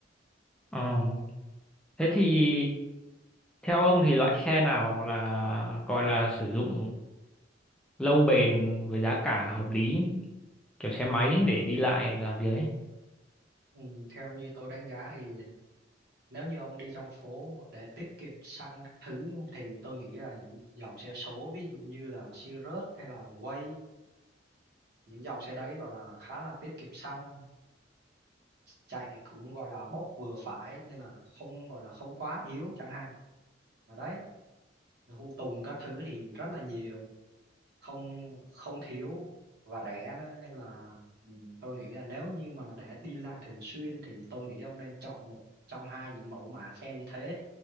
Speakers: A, in the centre; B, on the right.
A: ờ. Thế thì theo ông thì loại xe nào là gọi là sử dụng lâu bền với giá cả hợp lý kiểu xe máy để đi lại làm việc ấy?
B: Ừ, theo như tôi đánh giá thì nếu như ông đi trong phố để tiết kiệm xăng các thứ thì tôi nghĩ là những dòng xe số ví dụ như là Sirius hay là Way những dòng xe đấy gọi là khá là tiết kiệm xăng chạy cũng gọi là bốc vừa phải nên là không gọi là không quá yếu chẳng hạn ở đấy Thu Tùng các thứ thì rất là nhiều không không thiếu và rẻ nữa nên là ừ, tôi nghĩ là nếu như mà để đi lại thường xuyên thì tôi nghĩ ông nên chọn một trong hai những mẫu mã xe như thế